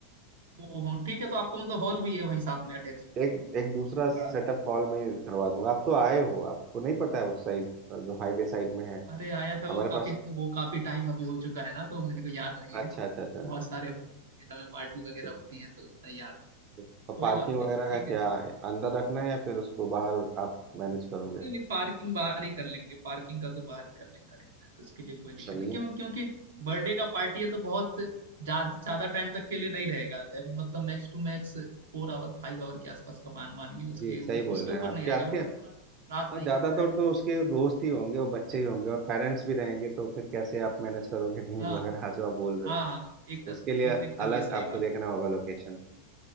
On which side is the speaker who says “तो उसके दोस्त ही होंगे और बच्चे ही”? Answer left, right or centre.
Right